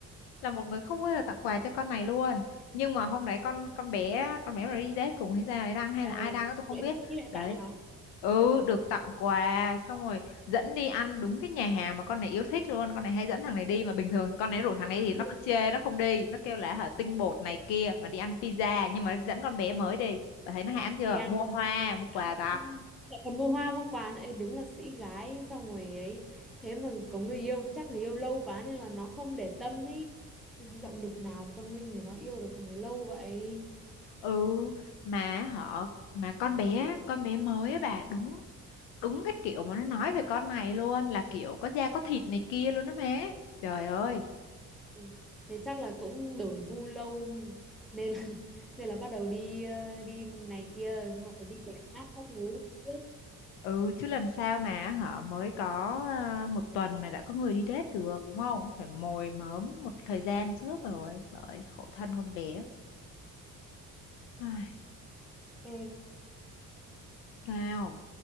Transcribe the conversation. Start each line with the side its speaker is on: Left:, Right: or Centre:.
Left: là một người không bao giờ tặng quà cho con này luôn nhưng mà hôm đấy con con bé con bé mà đi date cùng hay ra đấy đăng hay
Centre: ờ,
Left: là ai đăng á, tôi không
Centre: lại
Left: biết
Centre: sĩ lại
Left: đấy
Centre: tặng à?
Left: ừ được tặng quà xong rồi dẫn đi ăn đúng cái nhà hàng mà con này yêu thích luôn con này hay dẫn thằng này đi mà bình thường con này rủ thằng này thì
Centre: Hay
Left: nó
Centre: là-
Left: chê nó không đi nó kêu là hả tinh bột này kia mà đi ăn pizza nhưng mà dẫn con bé mới đi bà thấy nó hãm chưa
Centre: đi ăn
Left: mua hoa mua quà
Centre: Ám
Left: tặng
Centre: cũng- lại còn mua hoa mua quà nữa Ê, đúng là sĩ gái xong rồi ấy thế mà có người yêu chắc người yêu lâu quá nên là nó không để tâm ý động lực nào mà con Linh này nó yêu được thằng này lâu vậy
Left: ừ mà họ mà con bé con bé mới á bà đúng đúng cái kiểu mà nó nói về con này luôn là kiểu có da có thịt này kia luôn đó má trời ơi
Centre: ừ. thế chắc là cũng đổi gu lâu nên là, <laughs> nên là bắt đầu đi ờ, đi này kia hoặc là đi quảng khác các thứ không biết
Left: ừ chứ làm sao mà họ mới có à, một tuần mà đã có người đi date được đúng không phải mồi mớm một thời gian trước rồi bởi khổ thân con bé Ai,
Centre: Ê,
Left: sao